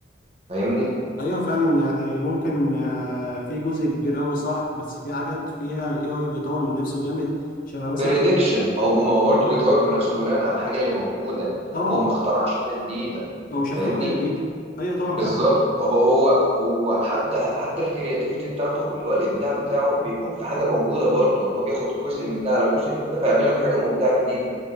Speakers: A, on the right (about 35°); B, on the left (about 50°).
A: فاهمني
B: ايوه فعلا يعني ممكن آه، في جزء كبير قوي صح بس في حاجات فيها الاي اي بيطور من نفسه جامد شبه مثلا
A: بريدكشن ما هو ما هو برضه بيطور من نفسه بناء على الحاجه اللي موجوده يعني
B: طبعا
A: هو ما اخترعش حاجه جديده
B: هو مش هيخترع
A: فاهمني
B: حاجه جديده ايوه طبعا
A: بالظبط
B: فاهم
A: هو هو هو حتى حتى الكرياتيفيتي بتاعته اللي هو الابداع بتاعه بيكون في حاجه موجوده برضه ان هو بياخد جزء من ده على جزء من ده فيعمل لك حاجه مبدعه جديده